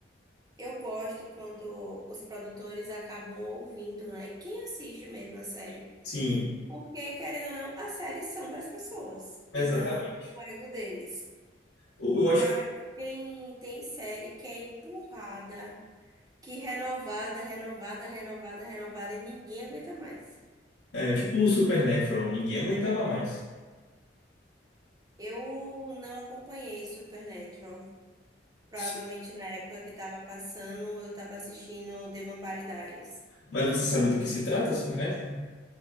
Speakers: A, on the right; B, on the left.
A: eu gosto quando os produtores acabam ouvindo, né? Quem assiste mesmo a série?
B: Sim,
A: Porque, querendo ou não, as séries são para as pessoas
B: exatamente.
A: e não pro ego deles.
B: Eu, eu
A: Mas
B: acho que
A: tem, tem série que é empurrada. que renovada, renovada, renovada, renovada e ninguém aguenta mais.
B: é tipo o Supernatural, ninguém aguentava mais.
A: Eu não acompanhei Supernatural. Provavelmente
B: Su-
A: na época que estava passando, eu estava assistindo The Vampire Diaries.
B: Mas você sabe do que se trata, Supernatural?